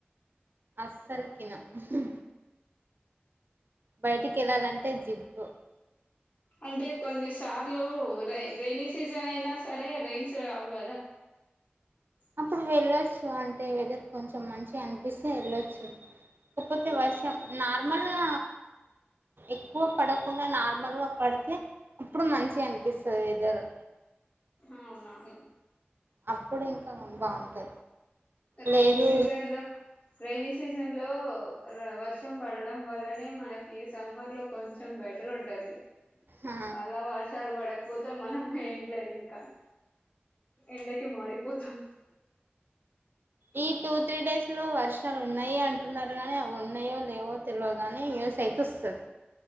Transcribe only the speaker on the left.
అంటే కొన్ని సార్లు రే రైని సీజన్ అయినా సరే రైయిన్స్ రావు కదా స
అవునవును
రైనీ
సీజన్లో రెైనీ సీజన్లో వర్షం పడడం వల్లనే మనకి సమ్మర్లో కొంచెం బెటర్ ఉం టది
వల్ల వర్షాలు పడ పోతాం మనం ఏంలేదు ఇంకా ఎండకి మాడిపోతాం